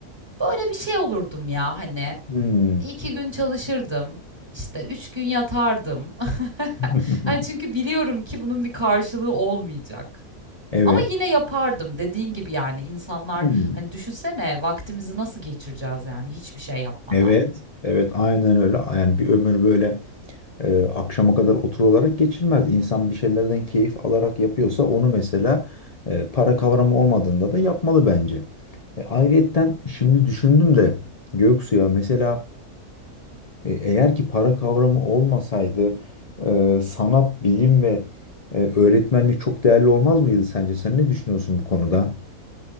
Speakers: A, on the right; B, on the left.
A: böyle bir şey olurdum ya, hani,
B: Hmm.
A: 2 gün çalışırdım, işte, 3 gün yatardım. <laughs>
B: <laughs>
A: Hani, çünkü biliyorum ki bunun bir karşılığı olmayacak.
B: Evet.
A: Ama yine yapardım dediğin gibi yani insanlar
B: Hmm.
A: hani düşünsene vaktimizi nasıl geçireceğiz yani hiçbir şey yapmadan.
B: Evet. Evet aynen öyle. Yani bir ömür böyle Ee, akşama kadar oturularak olarak geçirmez. İnsan bir şeylerden keyif alarak yapıyorsa onu mesela e, para kavramı olmadığında da yapmalı bence. E, ayrıyetten şimdi düşündüm de Göksu ya mesela e, eğer ki para kavramı olmasaydı e, sanat, bilim ve e, öğretmenlik çok değerli olmaz mıydı sence? Sen ne düşünüyorsun bu konuda?